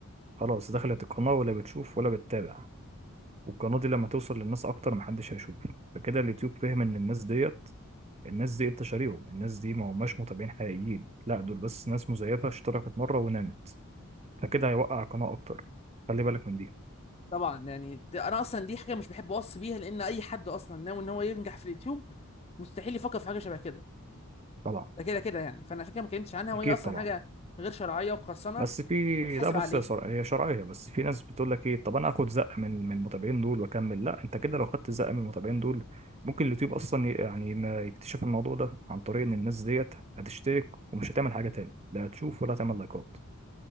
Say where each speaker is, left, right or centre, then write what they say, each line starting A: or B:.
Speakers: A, on the right; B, on the left.
A: خلاص دخلت القناة ولا بتشوف ولا بتتابع والقناة دي لما توصل للناس أكتر محدش هيشوف فكده اليوتيوب فهم إن الناس ديت الناس دي أنت شاريهم الناس دي ما هماش متابعين حقيقيين لا دول بس ناس مزيفة اشتركت مرة ونامت فكده هيوقع القناة أكتر خلي بالك من دي
B: طبعا يعني ده انا اصلا دي حاجه مش بحب اوصي بيها لان اي حد اصلا ناوي ان هو ينجح في اليوتيوب مستحيل يفكر في حاجه شبه كده
A: طبعا
B: ده كده كده يعني فانا عشان كده ما اتكلمتش عنها
A: أكيد
B: وهي اصلا
A: طبعا
B: حاجه غير شرعيه وقرصنه
A: بس في
B: ويتحاسب
A: لا بص
B: عليها
A: يا صر... هي شرعيه بس في ناس بتقول لك ايه طب انا اخد زقه من من المتابعين دول واكمل لا انت كده لو خدت زقه من المتابعين دول ممكن اليوتيوب اصلا ي- يعني ما يكتشف الموضوع ده عن طريق ان الناس ديت هتشترك ومش هتعمل حاجه تاني لا هتشوف ولا هتعمل لايكات